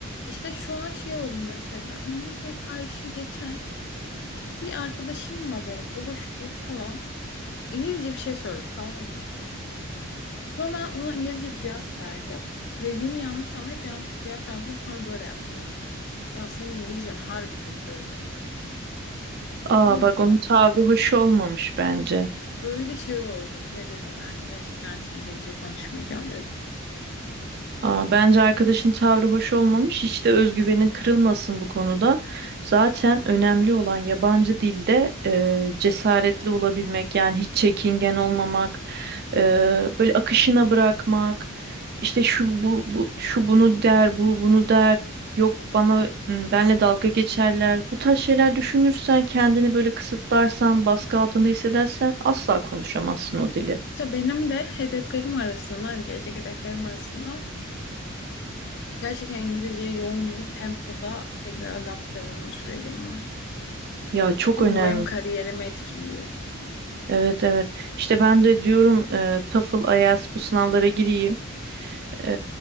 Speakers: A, on the left; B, on the right.
A: İşte şu an şey oldu mesela İngilizceye karşı geçen bir arkadaşımla böyle buluştuk falan. İngilizce bir şey söyledi tamam mı? Sonra ben ona İngilizce bir cevap verdim. Dediğini yanlış anlayıp yanlış bir cevap vermişim. Sonra böyle yaptım bak. Ya senin İngilizcen harbi kötü dedi. Tamam
B: Aa bak
A: mı
B: onun
A: bana?
B: tavrı hoş olmamış bence.
A: Böyle şey oldum. Ya dedim ben gerçekten artık İngilizce konuşmayacağım dedim.
B: Aa, bence arkadaşın tavrı hoş olmamış. Hiç de özgüvenin kırılmasın bu konuda. Zaten önemli olan yabancı dilde e, cesaretli olabilmek, yani hiç çekingen olmamak, e, böyle akışına bırakmak. İşte şu bu, bu şu bunu der, bu bunu der. Yok bana m, benle dalga geçerler. Bu tarz şeyler düşünürsen, kendini böyle kısıtlarsan, baskı altında hissedersen asla konuşamazsın o dili.
A: İşte benim de hedeflerim arasında, hani gelecek hedeflerim arasında gerçekten İngilizceye yoğun bir tempoda tekrar adapte olma sürecim var.
B: Ya çok
A: Bu
B: önemli.
A: benim kariyerimi etkiliyor.
B: Evet evet. İşte ben de diyorum e, TOEFL, IELTS bu sınavlara gireyim. E,